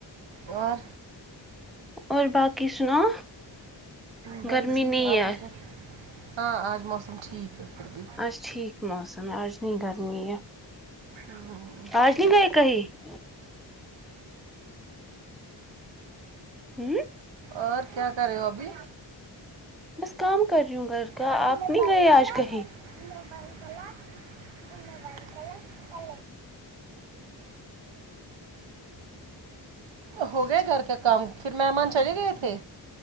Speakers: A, on the right (about 90°); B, in the centre.
A: اور
B: اور باقی سناؤ
A: بس
B: گرمی
A: جی
B: نہیں
A: آپ
B: ہے
A: اس میں ہاں آج موسم ٹھیک ہے پھر بھی
B: آج ٹھیک موسم ہے آج نہیں گرمی ہے
A: ہوں،
B: آج نہیں گئے کہیں ہوں
A: اور کیا کر رہو ابھی
B: بس کام کر رہی ہوں گھر کا
A: ان
B: آپ
A: نے
B: نہیں
A: بنگال
B: گئے
A: <unintelligible>
B: آج کہیں
A: ان بائ چلا ان بائ پل پلے <unintelligible> <unintelligible> ہو گیا گھر کا کام پھر مہمان چلے گئے تھے